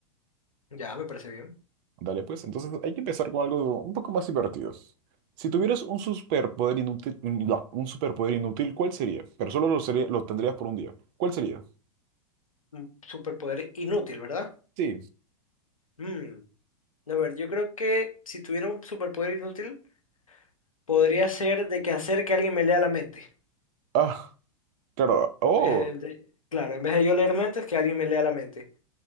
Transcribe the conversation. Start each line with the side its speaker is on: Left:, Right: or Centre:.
Left: Ya, me parece bien.
Right: Dale pues, entonces hay que empezar con algo un poco más divertido. Si tuvieras un superpoder inútil, no, un superpoder inútil, ¿cuál sería? Pero solo lo, sería- lo tendrías por un día. ¿Cuál sería?
Left: Un superpoder inútil, ¿verdad?
Right: Sí.
Left: Mm, A ver, yo creo que si tuviera un superpoder inútil, podría ser de que hacer que alguien me lea la mente.
Right: Ah, claro.
Left: En
Right: Oh.
Left: vez de- de- claro, en vez de yo leer mentes, que alguien me lea la mente.